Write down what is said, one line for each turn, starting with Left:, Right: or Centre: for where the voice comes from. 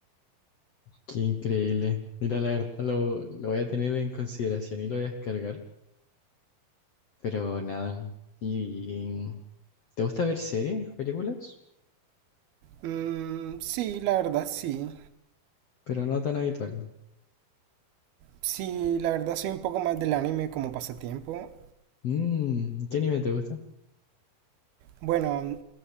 Left: Qué increíble. Mira, la verdad lo, lo voy a tener en consideración y lo voy a descargar, pero nada. ¿Y te gusta ver series, películas?
Right: Mm, sí, la verdad sí.
Left: Pero no tan habitual.
Right: Sí, la verdad soy un poco más del anime como pasatiempo.
Left: Mm, ¿qué anime te gusta?
Right: Bueno,